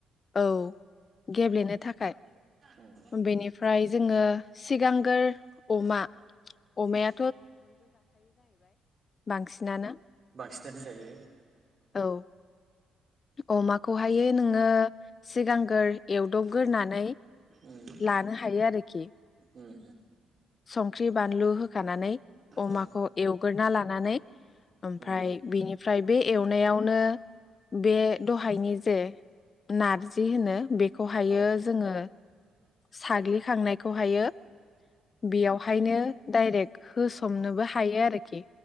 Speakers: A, on the left; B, on the right.
A: औ गेब्लेनो थाखाय
B: उम
A: बेनिफ्राय जोङो सिगांग्रो अमा अमाया
B: <unintelligible> औ
A: बांसिनानो
B: बांसिनानो जायो।
A: औ अमाखौहायो नोङो सिगांग्रो एवदबग्रोनानै
B: उम
A: लानो हायो आरोखि
B: उम
A: संख्रि बानलु होखानानै अमाखौ
B: औ
A: एवग्रोना लानानै ओमफ्राय
B: उम
A: बेनिफ्राय बे एवनायावनो बे दहायनि जे नारजि होनो बेखौहायो
B: औ
A: जोङो साग्लिखांनायखौहायो बेयावहायनो डाइरेक्ट होसोमनोबो हायो आरोखि